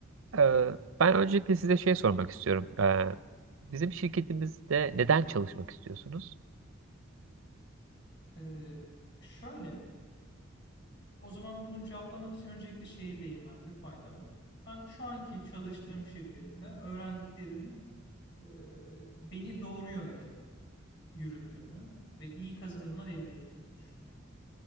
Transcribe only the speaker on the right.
Ee, ben öncelikle size şey sormak istiyorum. Ee, bizim şirketimizde neden çalışmak istiyorsunuz?